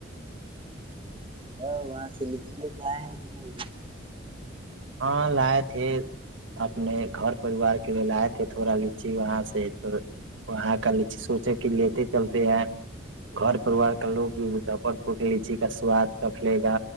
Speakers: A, on the right; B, on the right.
A: تو وہاں سے لچی لے کے آئے ہیں کہ نہیں
B: ہاں لائے تھے اپنے گھر پریوار کے لیے لائے تھے تھوڑا لچی وہاں سے تو وہاں کا لچی سوچے کہ لیتے چلتے ہیں گھر پریوار کا لوگ بھی مجفر پور کے لچی کا سواد کفلے گا